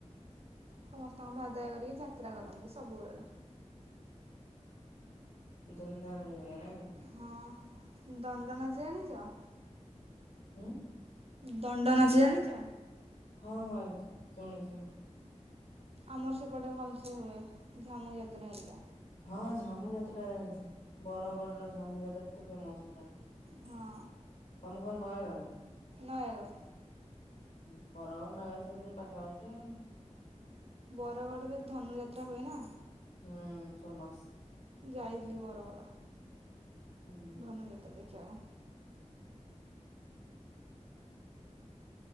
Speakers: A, on the right (about 55°); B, on the left (about 70°).
A: ସମସ୍ତଙ୍କଠୁ ଆଦାୟ କରିକି, ଯାତ୍ରା କରନ୍ତି। ସବୁବେଳେ।
B: ଧୁମଧାମରେ ହୁଏ ନାଇ?
A: ହଁ। ଦଣ୍ଡନାଚ ଜାଣିଛ?
B: ହୁଁ?
A: ଦଣ୍ଡ ନାଚ ଜାଣିଛ?
B: ହଁ, ହଁ ଶୁଣିଛି ଶୁଣିଚି।
A: ଆମର ସେପଟେ ଭଲସେ ହୁଏ। ଝାମୁ ଯାତ୍ରା ଏରିକା।
B: ହଁ। ଝାମୁ ଯାତ୍ରା ଜାଣିଛି। ବରଗଡ ର ଝାମୁ ଯାତ୍ରା ତ ଫେମସ ପୁରା।
A: ହଁ।
B: ତମ ଘର ନୟାଗଡ?
A: ନୟାଗଡ୍।
B: ହଁ। ବରର ନରେ ସେ ସେ ପାଖାପାଖି ଆଉ।
A: ବରଗଡ଼ରେ ଧନୁଯାତ୍ରା ହୁଏ ନା?
B: ହୁଁ। ଫେମସ।
A: ଯାଇଥିଲି ବରଗଡ।
B: ହୁଁ ହୁଁ
A: ଧନୁ ଯାତ୍ରା ଦେଖିବା କୁ।